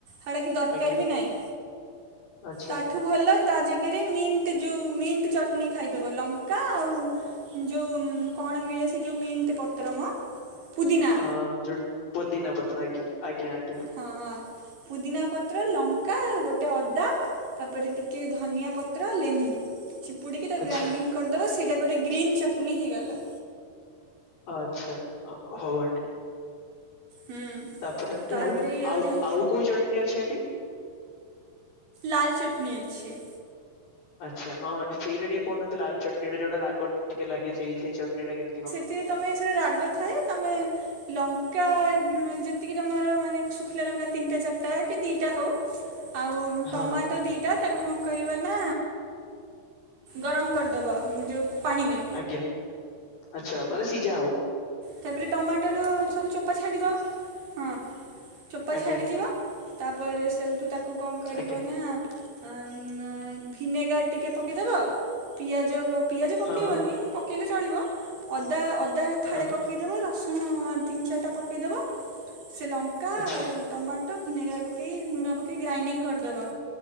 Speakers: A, on the right (about 70°); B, on the left (about 75°).
A: ହେଡାକି ଦରକାରବି
B: ଆଜ୍ଞା
A: ନାଇଁ
B: ଆଚ୍ଛା
A: ତାଠୁ ଭଲ ତାଜାଗାରେ ମିଣ୍ଟି ଯୋଉ ମିଣ୍ଟି ଚଟନୀ ଖାଇଦବ ଲଙ୍କା ଆଉ ଯୋଉ କଣ ମିଳେ ସେ ଯୋଉ ମିଣ୍ଟି ପତ୍ରମ ପୁଦିନା।
B: ହଁ ଯୋ ପୋଦିନା ପତ୍ର ଆଜ୍ଞା, ଆଜ୍ଞା, ଆଜ୍ଞା।
A: ହଁ, ହଁ, ପୁଦିନା ପତ୍ର, ଲଙ୍କା ଗୋଟେ ଅଦା ତାପରେ ଟିକେ ଧନିଆ ପତ୍ର, ଲେମ୍ବୁ ଚିପୁଡିକି ତାକୁ
B: ଆଚ୍ଛା
A: ଗ୍ରାଇଣ୍ଡିଙ୍ଗ କରିଦବ ସେଇଟା ଗୋଟେ ଗ୍ରୀନ ଚଟନୀ ହେଇଗଲା।
B: ଆଚ୍ଛା, ହ-ହଉ ଆଣ୍ଟି।
A: ହୁଁ।
B: ତାପରେ ଆଣ୍ଟି
A: ତାପରେ
B: ଆଉ, ଆଉ,
A: ଯୋଉ
B: ଆଉ କୋଉ ଚଟନୀ ଅଛି ଆଣ୍ଟି?
A: ଲାଲ୍ ଚଟନୀ ଅଛି।
B: ଆଚ୍ଛା ହଁ, ହଁ ଆଣ୍ଟି, ସେଇଟା ଟିକେ କହୁ ନଥିଲେ ଲାଲ୍ ଚଟନୀ ଯୋଉଟା ରାଗ ଟିକେ ଲାଗେ। ସେଇ, ସେଇ ଚଟନୀ ଟା କେମିତି କଣ?
A: ଥି ତମେ ସେଟା ରାଗ ଥାଏ। ତମେ ଲଙ୍କା ଯେତିକି ତମର ମାନେ ଶୁଖିଲା ଲଙ୍କା ତିନିଟା, ଚାରିଟା କି ଦିଟା ହଉ ଆଉ
B: ହଁ
A: ଟମାଟୋ
B: ହଁ
A: ଦିଟା। ତାକୁ କଣ କରିବ ନା ଗରମ କରିଦବ ଯଉ ପାଣିରେ।
B: ଆଜ୍ଞା। ଆଚ୍ଛା, ମାନେ ସିଝା ହବ।
A: ତାପରେ ଟମାଟର ସବୁ ଚୋପା ଛାଡ଼ିବ ହଁ, ଚୋପା
B: ଆଜ୍ଞା
A: ଛାଡ଼ିଯିବ। ତାପରେ, ସେଇଠୁ ତାକୁ କଣ କରିବ
B: ଆଜ୍ଞା
A: ନା ଆମ, ଆ ଭିନେଗାର ଟିକେ ପକେଇଦବ ପିଆଜ, ପିଆଜ ପକେଇବନି।
B: ହଁ ହଁ
A: ପ ପକେଇଲେ ଚଳିବ ଅଦା, ଅଦା ଫାଳେ
B: ହଁ
A: ପ ପକେଇଦବ ରସୁଣ ତିନି, ଚାରିଟା ପକେଇଦବ। ସେ ଲଙ୍କା
B: ଆଚ୍ଛା।
A: ଆଉ ଟମାଟୋ, ଭିନେଗାର ପକେଇ କି ଲୁଣ ପକେଇ ଗ୍ରାଇଣ୍ଡିଂ କରିଦବ,